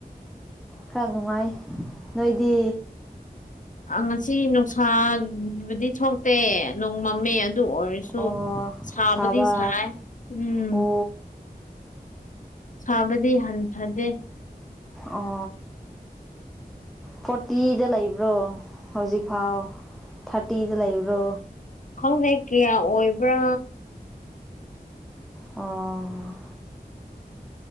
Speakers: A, in the centre; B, on the left (about 55°).
A: ꯈꯔ ꯅꯨꯡꯉꯥꯏ ꯅꯣꯏꯗꯤ
B: ꯉꯁꯤ ꯅꯨꯡꯁꯥꯕꯨꯗꯤ ꯊꯣꯛꯇꯦ ꯅꯣꯡ ꯃꯃꯤꯃꯦ ꯑꯗꯨ ꯑꯣꯏꯔꯁꯨ
A: ꯑꯣ
B: ꯁꯥꯕꯨꯗꯤ
A: ꯁꯥꯕ
B: ꯁꯥꯏ ꯎꯝ
A: ꯑꯣ
B: ꯁꯥꯕꯗꯤ ꯍꯟꯊꯗꯦ
A: ꯑꯣ ꯐꯣꯔꯇꯤꯗ ꯂꯩꯕ꯭ꯔꯣ ꯍꯧꯖꯤꯛꯐꯥꯎ ꯊꯥꯔꯇꯤꯗ ꯂꯩꯕ꯭ꯔꯣ
B: ꯈꯪꯗꯦ ꯀꯌꯥ ꯑꯣꯏꯕ꯭ꯔꯥ
A: ꯑꯣ